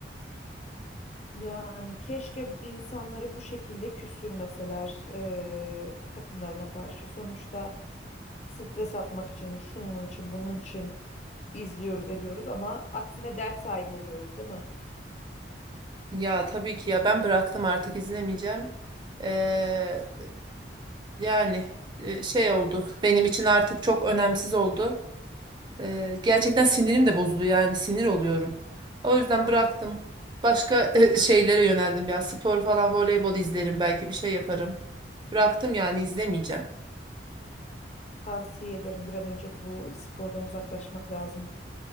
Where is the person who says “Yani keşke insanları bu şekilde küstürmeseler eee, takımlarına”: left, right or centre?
Left